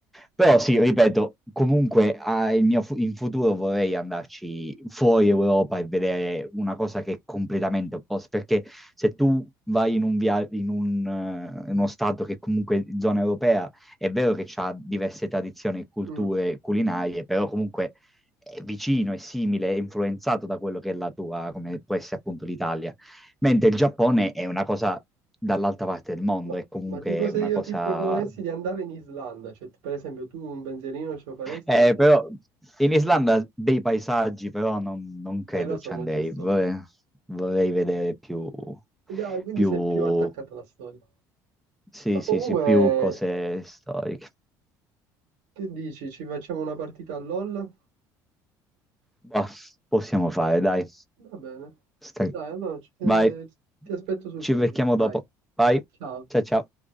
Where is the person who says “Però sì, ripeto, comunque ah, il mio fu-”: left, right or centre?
Centre